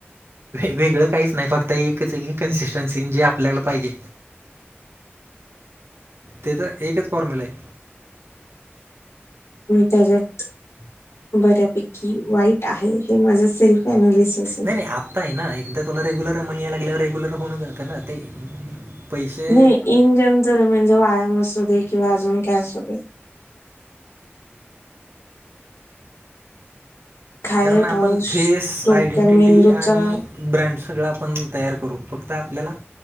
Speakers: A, on the right (about 65°); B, on the left (about 80°).
A: वेगळं काहीच नाही फक्त एकच एक कन्सिस्टन्सी जे आपल्याला पाहिजे. तेचा एकच फॉर्म्युला आहे.
B: त्याच्यात बऱ्यापैकी वाईट आहे हे माझं सेल्फ अनालिसिस आहे
A: नाही नाही आता आहे ना एकदा तुला रेग्युलर मणी याला लागल्यावर रेग्युलर होऊन जातं ना ते. पैसे
B: नाही इन जनरल म्हणजे व्यायाम असू दे किंवा अजून काय असू दे खाय
A: कारण आपण
B: राहू
A: फेस,
B: डोक्या
A: आयडेंटीटी
B: मेंदूचा
A: आणि ब्रँड सगळं आपण तयार करू फक्त आपल्याला